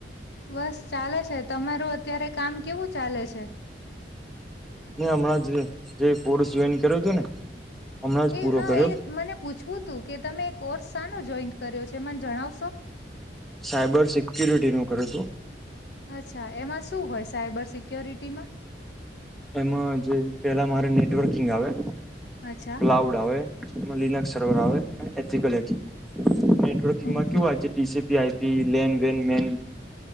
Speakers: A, on the left; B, in the centre.
A: બસ ચાલે છે તમારું અત્યારે કામ કેવું ચાલે છે
B: હમણાં જે જે કોર્સ જોઈન કર્યો હતો ને હમણાં જ
A: એ
B: પૂરો
A: હા
B: કર્યો
A: એ મને પૂછવું તું કે તમે કોર્સ સાનો જોઈન્ટ કર્યો છે મને જણાવશો
B: સાયબર સિક્યુરિટીનું કર હતું
A: અચ્છા એમાં શું હોય સાયબર સિક્યોરિટીમાં
B: એમાં જે પેલા મારે નેટવર્કિંગ આવે.
A: અચ્છા
B: ક્લાઉડ આવે એમાં લિનક્સ સર્વર આવે એથીકલ હેકિંગ. નેટવર્કિંગમાં
A: ઓકે
B: કેવું આજે T C P, I P, LAN, વેન, મેન.